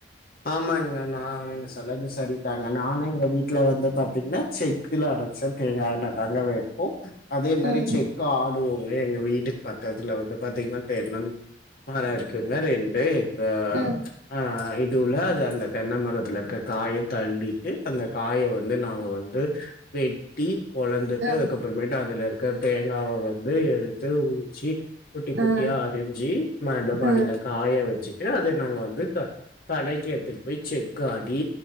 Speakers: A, on the left; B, on the right.
A: ஆமாங்க நா என்னஸ் சொல்லது சரிதாங்க நானு எங்க வீட்ல வந்து பாத்தீங்னா செக்குல அடச்ச தேங்கா என்ன தாங்க வே போ அதே மரி
B: ம்
A: செக்க ஆடுவோங்க எங்க வீட்டுக் பக்கதுல வந்து பாத்தீங்னா தேட்னங் மற இருக்குங்க ரெண்டு எங்க
B: ம்
A: அ இதுவுல அத இந்த தென்ன மரத்துல இருக்க காய தன்டிட்டு அந்த காய வந்து நாங்க வந்து வெட்டி ஒளந்துட்டு
B: ம்
A: அதுக்கப்பறமேட்டு அதுல இருக்க தேங்காவ வந்து எடு உத்தே ஊச்சி குட்டி குட்டியா
B: ம்
A: அரிஞ்சி மதபாடில
B: ம்
A: காய வெச்சி தே அதே நாங்க வந்து க கடைக்கி எட்த்துட் போய் செக்காடி